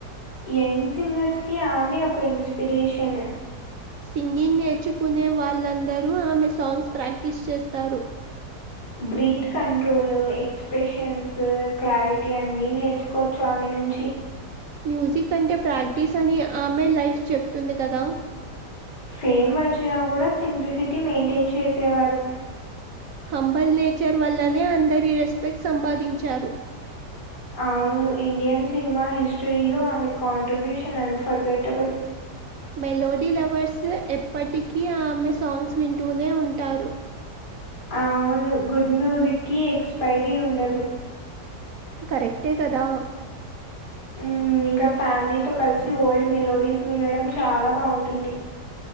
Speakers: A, on the left; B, on the right.
A: యంగ్ సింగర్స్ కి ఆమె ఒక ఇన్స్పిరేషన్
B: సింగింగ్ నేర్చుకునే వాళ్ళందరూ ఆమె సాంగ్స్ ప్రాక్టీస్ చేస్తారు.
A: బ్రీత్ కంట్రోల్ ఎక్స్ప్రెషన్స్ క్లారిటీ అన్నినేర్చుకోవచ్చు ఆమె నుంచి
B: మ్యూజిక్ అంటే ప్రాక్టీస్ అని ఆమె లైఫ్ చెప్తుంది కదా.
A: ఫేమ్ వచ్చినా కూడా సింప్లిసిటీ మెయింటైన్ చేసేవారు.
B: హంబల్ నేచర్ వల్లనే అందరి రెస్పెక్ట్ సంపాదించారు.
A: అవును ఇండియన్ సినిమా హిస్టరీలో ఆమె కాంట్రిబ్యూషన్ అన్ఫర్గటబుల్.
B: మెలోడీ లవర్స్ ఎప్పటికి ఆమె సాంగ్స్ వింటూనే ఉం టారు
A: అవును గుడ్ మ్యూజిక్ కి ఎక్స్పైరీ ఉండదు.
B: కరెక్టే కదా
A: మ్ ఇంకా ఫ్యామిలీతో కలిసి ఓల్డ్ మెలోడీస్ వినడం చాలా బాగుంటుంది.